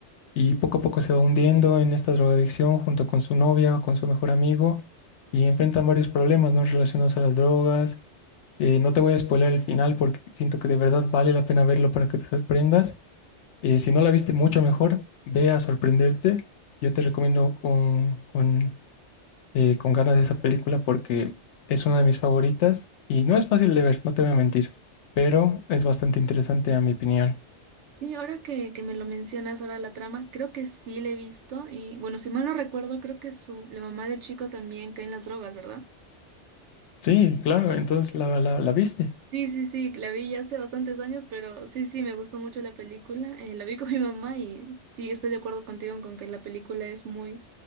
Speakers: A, on the left (about 80°); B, on the right (about 75°).
A: Y poco a poco se va hundiendo en esta drogadicción junto con su novia, con su mejor amigo, y enfrentan varios problemas, ¿no? relacionados a las drogas. Eh, no te voy a spoiler el final porque siento que de verdad vale la pena verlo para que te sorprendas. Eh, si no la viste mucho mejor, ve a sorprenderte. Yo te recomiendo con, con, eh, con ganas de esa película porque es una de mis favoritas y no es fácil de ver, no te voy a mentir, pero es bastante interesante a mi opinión.
B: Sí, ahora que, que me lo mencionas, ahora la trama, creo que sí la he visto. Y bueno, si mal no recuerdo, creo que su, la mamá del chico también cae en las drogas, ¿verdad?
A: Sí, claro, entonces la, la, la viste.
B: Sí, sí, sí, la vi ya hace bastantes años, pero sí, sí, me gustó mucho la película. eh, la vi con <laughs> mi mamá y sí, estoy de acuerdo contigo con que la película es muy,